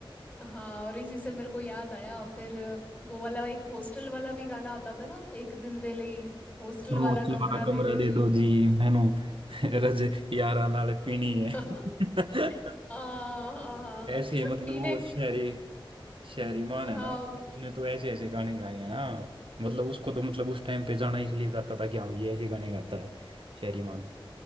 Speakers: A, on the left; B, on the right.
A: हाँ और इसी से मेरे को याद आया फिर अ, वो वाला एक हॉस्टल वाला भी गाना आता था ना एक दिन दे लई हॉस्टल
B: ओ
A: वाला
B: चलवा
A: कमरा
B: कमरा
A: दे दो जी
B: दे दो जी मैनू <laughs> रज यारा नाल पीनी है
A: <laughs>
B: <laughs>
A: हाँ हाँ हाँ
B: ऐसे मतलब
A: पीने
B: वो शहरी शहरीमान
A: हाँ
B: है ना उसने तो ऐसे ऐसे गाने गाए हैं ना मतलब उसको तो मतलब उस टाइम पे जाना इसलिए जाता था कि हाँ ये ऐसे गाने गाता है शहरीमान